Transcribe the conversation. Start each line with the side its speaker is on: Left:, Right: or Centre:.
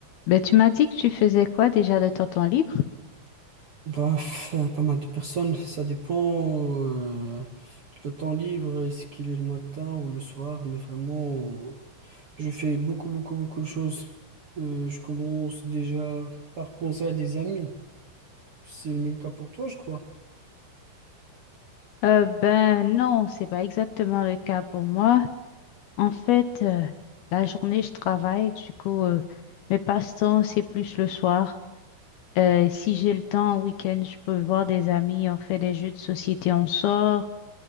Left: Ben, tu m'as dit que tu faisais quoi déjà de ton temps libre?
Right: Bah, f- euh, pas mal de personnes, ça dépend. euh, le temps libre, est-ce qu'il est le matin ou le soir? Mais vraiment, je fais beaucoup, beaucoup, beaucoup de choses. Euh, je commence déjà par penser à des amis. C'est le même cas pour toi, je crois.
Left: Euh, ben non, c'est pas exactement le cas pour moi. En fait, euh, la journée, je travaille, du coup, euh, mes passe-temps, c'est plus le soir. Euh, si j'ai le temps, en week-end, je peux voir des amis, on fait des jeux de société, on sort.